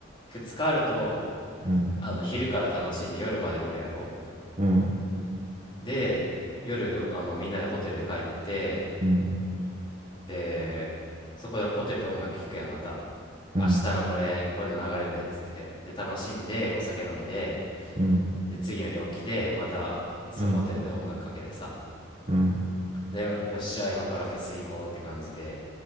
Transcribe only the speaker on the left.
2日あると
あの昼から楽しんで夜までおるやろ
で夜あのみんなでホテルで帰って
でそこでホテルで音楽聴くやんまた
明日のこれ、こういうの流れるで、つって。で、楽しんで、お酒飲んで、
で、次の日起きて、また、そのホテルで音楽かけてさ。
で、よっしゃ、今からフェス行こうって感じで、